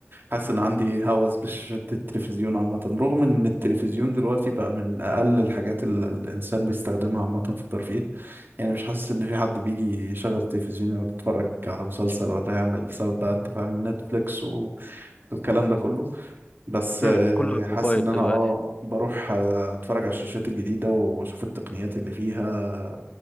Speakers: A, on the right; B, on the left.
A: حاسس إن عندي هوس بشاشات التلفزيون عامة رغم إن التلفزيون دلوقتي بقى من أقل الحاجات اللي الإنسان بيستخدمها عامة في الترفيه يعني مش حاسس إن في حد بيجي يشغل التلفزيون يقعد يتفرج على مسلسل ولا يعمل بسبب بقى أنت فاهم نتفليكس و... والكلام ده كله بس
B: امم
A: آه،
B: كله على الموبايل
A: حاسس ان انا
B: دلوقتي
A: اه بروح آه، اتفرج على الشاشات الجديدة واشوف التقنيات اللي فيها